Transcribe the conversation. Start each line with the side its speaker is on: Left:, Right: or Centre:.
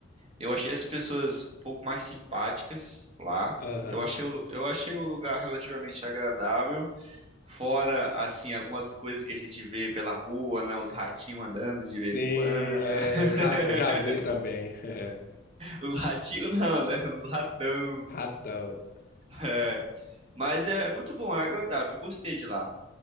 Right: Eu achei as pessoas um pouco mais simpáticas lá.
Left: aham.
Right: Eu achei o, lu- eu achei o lugar relativamente agradável. Fora, assim, algumas coisas que a gente vê pela rua, né? uns ratinhos andando de
Left: Sim,
Right: vez
Left: é,
Right: em quando. <laughs>
Left: eu já, eu já vi também. <laughs>
Right: Os ratinhos não, né? uns ratão.
Left: Ratão.
Right: É, mas é muito bom, é agradável. Eu gostei de lá.